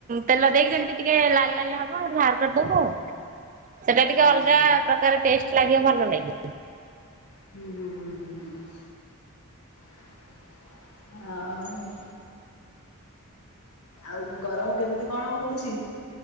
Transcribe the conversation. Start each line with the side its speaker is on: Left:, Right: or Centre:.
Right: ତେଲ ଦେଇକି ଯେମତି ଟିକେ ଲାଲ ଲାଲ ହବ ଆଉ ବାହାର କରିଦବୁ ଆଉ। ସେଟା ଟିକେ
Left: ଆଚ୍ଛା
Right: ଅଲଗା ପ୍ରକାର ଟେଷ୍ଟ ଲାଗିବ ଭଲ ଲାଗିବ।
Left: ହୁଁ ହୁଁ ହୁଁ ହୁଁ ହୁଁ <inaudible> ଆଉ।। ଆଉ ଗରମ କେମିତି କଣ ହଉଛି?